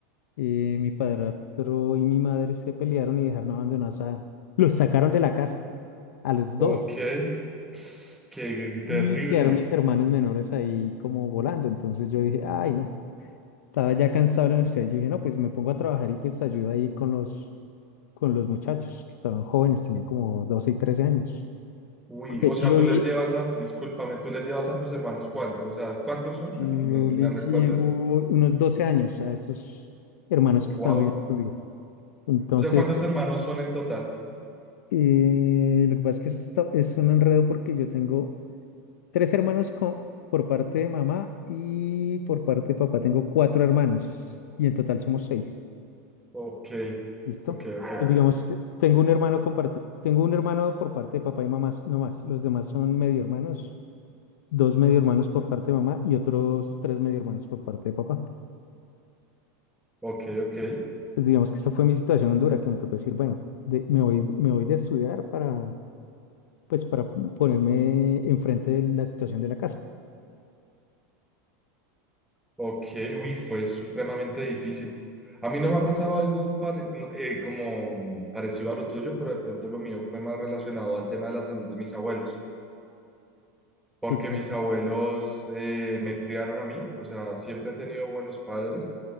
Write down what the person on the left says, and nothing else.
eh, mi padrastro y mi madre se pelearon y dejaron abandonados a... Los sacaron de la casa, a los
dos.
Y quedaron mis hermanos menores ahí como volando. Entonces yo dije, ay, no, estaba ya cansado de la universidad. Yo dije, no, pues me pongo a trabajar y pues ayudo ahí con los, con los muchachos que estaban jóvenes, tenían como 12 y trece años.
Porque
yo,
y-
yo
les
llevo unos 12 años a esos hermanos que están
viviendo conmigo. Entonces,
Eh, lo que pasa es que esto es un enredo porque yo tengo tres hermanos co- por parte de mamá y por parte de papá tengo cuatro hermanos y en total somos seis.
¿Listo?
Pues digamos, te- tengo un hermano comparti- tengo un hermano por parte de papá y mamá, s- no más. Los demás son medio hermanos, dos medio hermanos por parte de mamá y otros tres medio hermanos por parte de papá.
Pues digamos que esa fue mi situación en dura, que me tocó decir, bueno, de- me voy, me voy de estudiar para, pues, para ponerme enfrente de la situación de la casa.
Sí, claro.